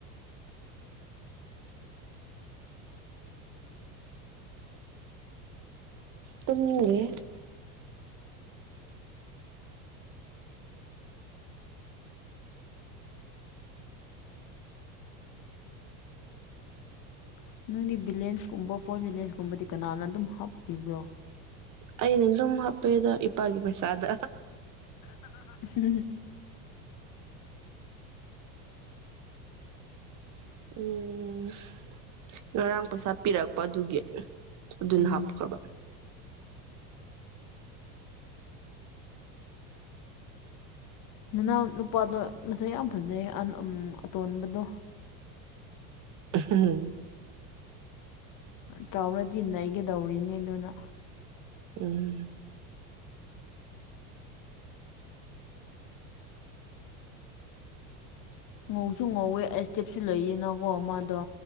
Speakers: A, on the right; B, on the left.
A: ꯇꯨꯝꯅꯤꯡꯒ꯭ꯔꯦ
B: ꯇꯨꯝꯅꯤꯡꯉꯦ <unintelligible> ꯅꯪꯗꯤ ꯕꯤꯂꯦꯟꯁꯀꯨꯝꯕ ꯐꯣꯟ ꯕꯤꯂꯦꯟꯁꯀꯨꯝꯕꯗꯤ ꯀꯅꯥꯅ ꯑꯗꯨꯝ ꯍꯥꯞꯄꯤꯕ꯭ꯔꯣ
A: ꯑꯩꯅ ꯑꯗꯨꯝ ꯍꯥꯄꯦꯗ ꯏꯄꯥꯒꯤ ꯄꯩꯁꯥꯗ
B: <unintelligible>
A: ꯎꯝ ꯉꯔꯥꯡ ꯄꯩꯁꯥ ꯁꯥ ꯄꯤꯔꯛꯄ ꯑꯗꯨꯒꯤ ꯑꯗꯨꯅ
B: ꯎꯝ
A: ꯍꯥꯞꯈ꯭ꯔꯕ
B: ꯅꯅꯥꯎ ꯅꯨꯄꯥꯗꯣ ꯃꯁꯛ ꯌꯥꯝ ꯐꯖꯩ ꯑꯇꯣꯟꯕꯗꯣ
A: ꯎꯝ
B: ꯆꯥꯎꯔꯗꯤ ꯅꯩꯒꯗꯧꯔꯤꯅꯦ ꯑꯗꯨꯅ
A: ꯎꯝ
B: ꯉꯧꯁꯨ ꯉꯧꯋꯦ ꯑꯩ ꯏꯁꯇꯦꯞꯁꯨ ꯂꯩꯌꯦꯅꯀꯣ ꯃꯥꯗꯣ